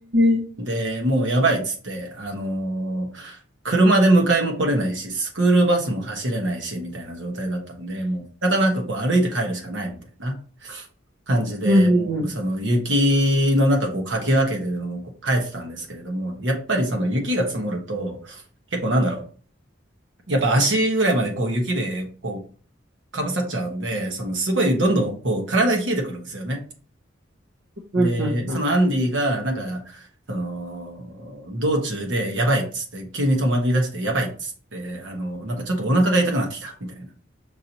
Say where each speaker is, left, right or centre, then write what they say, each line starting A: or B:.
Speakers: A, on the right; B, on the right.
A: え。
B: で、もうやばいっつって、あのー車で迎えも来れないし、スクールバスも走れないし、みたいな状態だったんで、もう仕方なくこう歩いて帰るしかないみたいな感じで、
A: うんうんうん。
B: もうその雪の中こうかき分けてでもこう帰ってたんですけれども、やっぱりその雪が積もると、結構なんだろう。やっぱ足ぐらいまでこう雪でこうかぶさっちゃうんで、そのすごいどんどんこう体が冷えてくるんですよね。
A: うんうんうん。
B: で、そのアンディが、なんか、その、道中でやばいっつって、急に止まり出してやばいっつって、あの、なんかちょっとお腹が痛くなってきた、みたいな